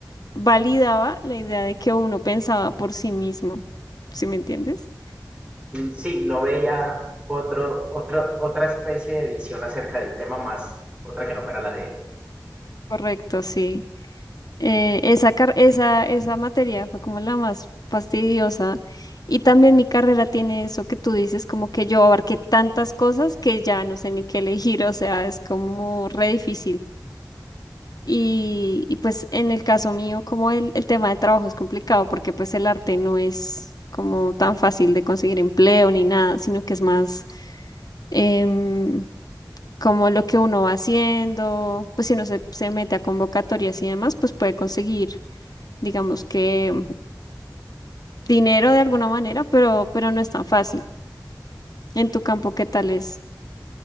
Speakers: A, on the left; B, on the right.
A: validaba la idea de que uno pensaba por sí mismo. ¿Sí me entiendes?
B: Mm, Sí, no veía otro, otro otra especie de visión acerca del tema más, otra que no fuera la de él.
A: Correcto, sí. Eh, esa, car- esa, esa materia fue como la más fastidiosa. Y también mi carrera tiene eso que tú dices, como que yo abarqué tantas cosas que ya no sé ni qué elegir, o sea, es como re difícil. Y, y pues en el caso mío, como el, el tema del trabajo es complicado porque pues el arte no es como tan fácil de conseguir empleo ni nada, sino que es más em, como lo que uno va haciendo, pues si uno se, se mete a convocatorias y demás, pues puede conseguir digamos que dinero de alguna manera, pero, pero no es tan fácil. En tu campo, ¿qué tal es?